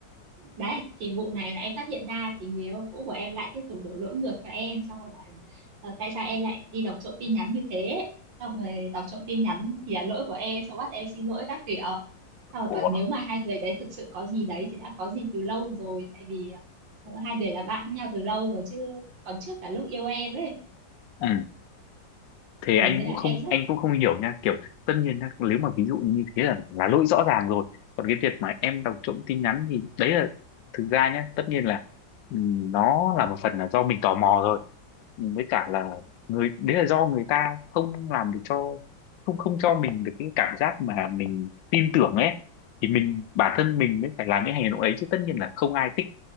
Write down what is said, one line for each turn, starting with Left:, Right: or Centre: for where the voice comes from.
Right: đấy thì vụ này là em phát hiện ra thì người yêu cũ của em lại tiếp tục đổ lỗi ngược cho em xong rồi bảo là "Ờ, tại sao em lại đi đọc trộm tin nhắn như thế xong rồi đọc trộm tin nhắn thì là lỗi của em xong bắt em xin lỗi các kiểu xong rồi
Left: Ủa?
Right: bảo nếu mà hai người đấy thực sự có gì đấy thì đã có gì từ lâu rồi tại vì ờ, hai người là bạn với nhau từ lâu rồi chứ còn trước cả lúc yêu em ấy
Left: Ừ. Thì
Right: ồ
Left: anh
Right: nên
Left: cũng
Right: là
Left: không
Right: em rất
Left: anh cũng không hiểu nha kiểu tất nhiên nhá, nếu mà ví dụ như thế là là lỗi rõ ràng rồi còn cái việc mà em đọc trộm tin nhắn thì đấy là thực ra nhá tất nhiên là ừ, nó là một phần là do mình tò mò rồi Ừ, với cả là người đấy là do người ta không làm được cho không không cho mình được cái cảm giác mà mình tin tưởng ấy thì mình bản thân mình mới phải làm những hành động đấy chứ tất nhiên là không ai thích